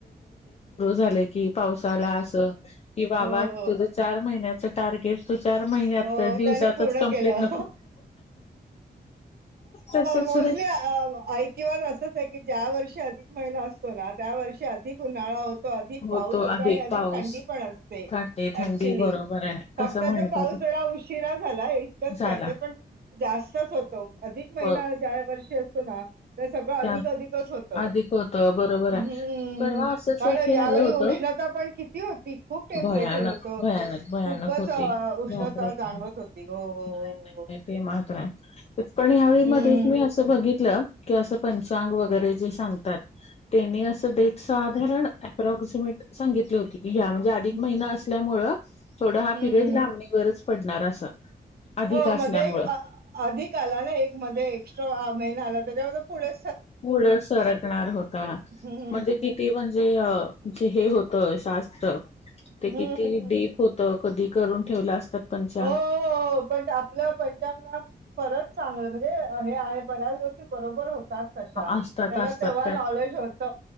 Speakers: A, on the left; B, on the right.
A: भरलं की पाऊस आला असं, की वा-वा
B: हो, हो.
A: तुझं चार महिन्याच टार्गेट तू चार महिन्यात
B: अ,
A: दिवसातच
B: त्याने पूर्ण
A: कंप्लीट
B: केलं.
A: नको तसच.
B: पोहचली
A: रे
B: आ ऐक किंवा असंच आहे की ज्या वर्षी अधिक महिना असतो ना त्या वर्षी अधिक उन्हाळा हो तो. अधिक
A: होतो
B: पाऊस होत, अधिक
A: पाऊस
B: थंडी पण असते.
A: थंडी थंडी
B: ऍक्चुली
A: बरोबर आहे कसं
B: फक्त
A: म्हणतात
B: तो पाऊस जरा उशिरा झाला. इतकच
A: झाला
B: काय ते पण जास्तच होतो. अधिक महिना
A: हो
B: ज्या वर्षी अस तो ना. ते सगळं
A: त्या
B: अधिक अधिकच होतं.
A: अधिक होत बरोबर
B: हम
A: आहे परवा असंच
B: कारण
A: एक हे
B: यावेळी
A: आलं होतं
B: उष्ण ना पण किती होती. खूप टेम्परेचर
A: भयानक
B: होत
A: भयानक भयानक
B: खूपच
A: होती
B: उष्ण
A: बापरे
B: ता जाणवत होती हो हो
A: नाही
B: हो.
A: ते मात्र आहे पण ह्यावेळी
B: हम्म
A: मध्ये मी असं बघितलं की असं पंचांग वगैरे जे सांगतात. त्यांनी असं डेट साधारण अप्रॉक्सिमेटली सांगितली होती. घ्या म्हणजे अधिक
B: हम्म
A: महिना असल्यामुळं थोडा हा
B: हम्म
A: पिरियड
B: हम्म.
A: लांबणीवरच पडणार असं. अधिक
B: हो
A: असल्यामुळं
B: मध्ये एक अधिक आला ना एक मध्ये एक्स्ट्रा महिना आला त्याच्यामध्ये पुढे
A: पुढ सरकणार होता
B: हम्म
A: म्हणजे
B: हम्म
A: किती म्हणजे <unintelligible> होत शास्त्र ते
B: हम्म हम्म
A: किती
B: हम्म.
A: डीप होत कधी. करून ठेवला असतात. पंचांग
B: हो पण आपल्या पंचांगना खरंच चांगल म्हणजे हे आहे. बऱ्याच गोष्टी बरोबर होत. ता तश्या
A: असतात
B: त्याला
A: असतात
B: तेव्हा
A: त्यात
B: नॉलेज होत.